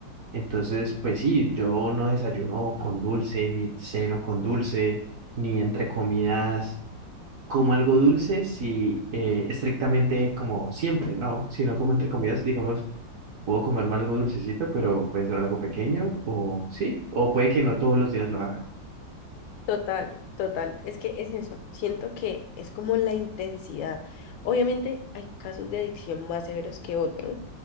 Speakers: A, on the right (about 60°); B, on the left (about 80°).
A: entonces, pues sí, yo no desayuno con dulce, ni ceno con dulce, ni entre comidas como algo dulce, si eh, estrictamente como siempre, ¿no? Sino como entre comidas, digamos, puedo comerme algo dulcecito, pero puede ser algo pequeño, o sí, o puede que no todos los días lo haga.
B: total, total. Es que es eso. Siento que es como la intensidad. Obviamente hay casos de adicción más severos que otros,